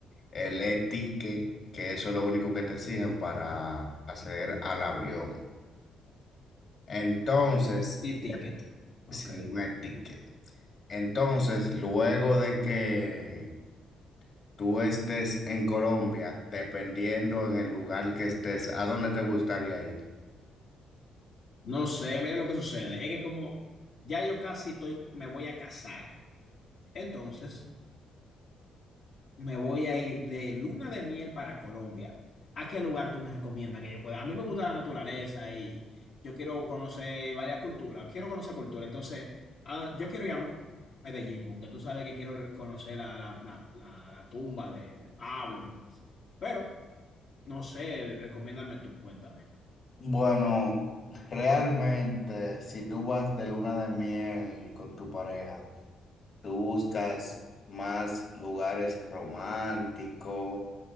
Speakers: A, on the left; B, on the left.
A: El e-ticket, que eso es lo único que te exigen para acceder al avión. Entonces,
B: Y ticket. Ok.
A: sí, un e-ticket. Entonces, luego de que tú estés en Colombia, dependiendo en el lugar que estés, ¿a dónde te gustaría ir?
B: No sé, mira lo que sucede. Es que como ya yo casi estoy, me voy a casar. Entonces... Me voy a ir de luna de miel para Colombia. ¿A qué lugar tú me recomiendas que yo pueda? A mí me gusta la naturaleza y yo quiero conocer varias culturas. Quiero conocer cultura. Entonces, ah, yo quiero ir a Medellín porque tú sabes que quiero re- conocer la, la, la, la- la tumba de, de Pablo y demás. Pero, no sé, recomiéndame tú, cuéntame.
A: Bueno, realmente, si tú vas de luna de miel con tu pareja, Tú buscas más lugares románticos,